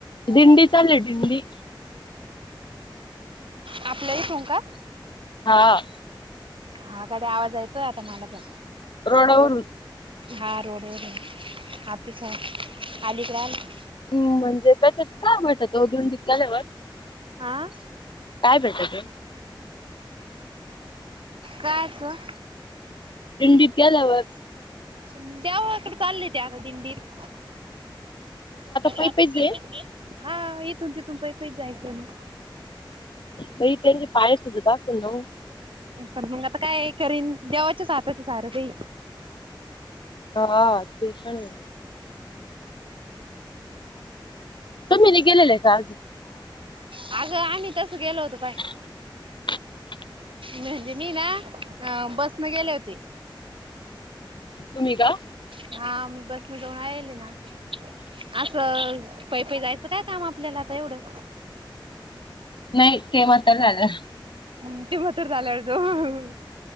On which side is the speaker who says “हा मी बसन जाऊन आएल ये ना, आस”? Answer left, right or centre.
Right